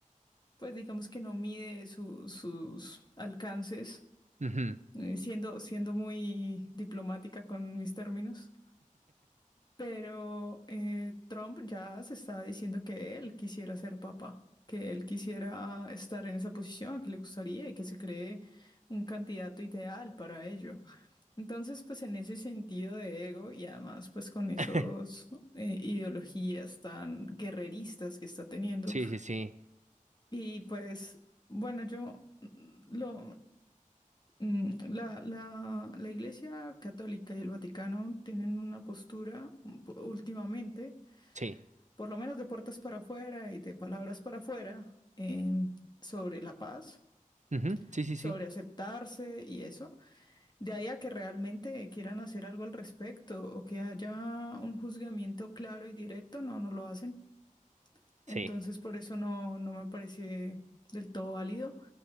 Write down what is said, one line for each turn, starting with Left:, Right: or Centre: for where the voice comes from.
Left: pues digamos que no mide su- sus alcances,
Right: Ujú.
Left: eh, siendo, siendo muy diplomática con mis términos. Pero eh, Trump ya se está diciendo que él quisiera ser papa, que él quisiera estar en esa posición, que le gustaría y que se cree un candidato ideal para ello. Entonces, pues en ese sentido de ego y además pues con esos
Right: <laughs>
Left: ¿no? eh, ideologías tan guerreristas que está teniendo.
Right: Sí, sí, sí,
Left: Y pues bueno, yo mm, lo mm, la, la, la Iglesia Católica y el Vaticano tienen una postura mm, p- últimamente
Right: sí.
Left: por lo menos de puertas para afuera y de palabras para afuera, em, sobre la paz,
Right: Ujú, Sí, sí,
Left: sobre
Right: sí,
Left: aceptarse y eso, de ahí a que realmente quieran hacer algo al respecto o que haya un juzgamiento claro y directo, no, no lo hacen.
Right: sí.
Left: Entonces, por eso no, no me parece del todo válido.